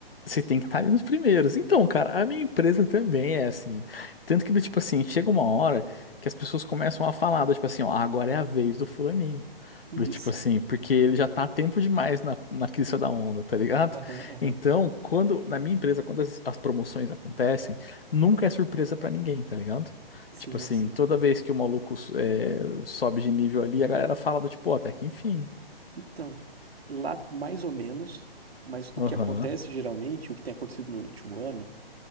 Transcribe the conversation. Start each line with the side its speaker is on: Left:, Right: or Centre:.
Left: Você tem que estar ali nos primeiros. Então, cara, a minha empresa também é assim. Tanto que, do tipo assim, chega uma hora que as pessoas começam a falar, do tipo assim, ó, agora é a vez do fulaninho.
Right: Isso.
Left: Do tipo assim, porque ele já tá há tempo demais na, na crista da onda, tá ligado?
Right: Aham, aham.
Left: Então, quando, na minha empresa, quando as, as promoções acontecem, nunca é surpresa pra ninguém, tá ligado?
Right: Sim,
Left: Tipo assim,
Right: sim.
Left: toda vez que o maluco é, sobe de nível ali, a galera fala do tipo, ó, até que enfim.
Right: Então, lá mais ou menos, mas o
Left: Aham.
Right: que acontece geralmente, o que tem acontecido no último ano,